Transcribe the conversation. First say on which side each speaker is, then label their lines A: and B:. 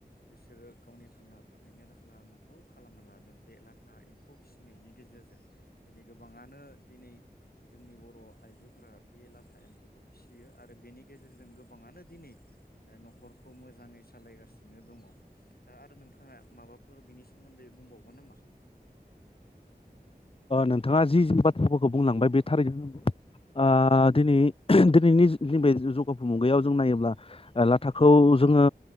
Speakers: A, on the left (about 65°); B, on the left (about 35°).
A: बिसोरो गावनि थांना थानायनि राहा लामाखौ खौ खालामना लादों बे लाथा एम्फौ फिसिनायनि गेजेरजों दिनै गोबाङानो दिनै जोंनि बर' आइजोफोरा बे लाथा एम्फौखौ फिसियो आरो बेनि गेजेरजों गोबाङानो दिनै न'खरखौ मोजाङै सालायगासिनो दङ दा आरो नोंथाङा माबाफोर बिनि सोमोन्दै सोमोन्दै बुंबावगोन नामा?
B: नोंथाङा जि बाथ्राफोरखौ बुंलांबाय बे थारैनो नंगौ दिनै दिनैनि नैबे जौगाफु मुगायाव जों नायोब्ला लाथाखौ जोङो